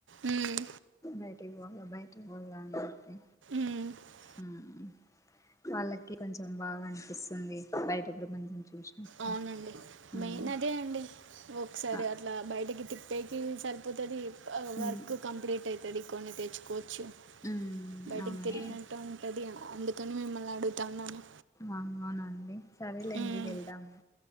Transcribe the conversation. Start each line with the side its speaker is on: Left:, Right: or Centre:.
Right: మ్మ్.
Left: బయటికి పోదాం బయటి మోనంచి
Right: మ్మ్.
Left: హుమ్ వాళ్ళకి కొంచెం బాగా అనిపిస్తుంది. బయట ప్రపంచం చూసినప్పుడు
Right: అవునండి.
Left: ఉమ్
Right: మెయిన్ అదే అండి ఒకసారి
Left: ఆ
Right: అట్లా బయటికి తిప్ బేకింగ్ సరిపోతది
Left: ఉమ్
Right: వర్క్ కంప్లీట్ అయితది కొన్ని తెచ్చుకో చ్చు
Left: ఉమ్
Right: బయటికి
Left: అవునండి
Right: తిరిగినట్టు ఉంటది. అందుకని మిమ్మల్ని అడుగుతన్నాము
Left: ఆ అవునండి సరేలేండి
Right: ఉమ్,
Left: వెళ్దాము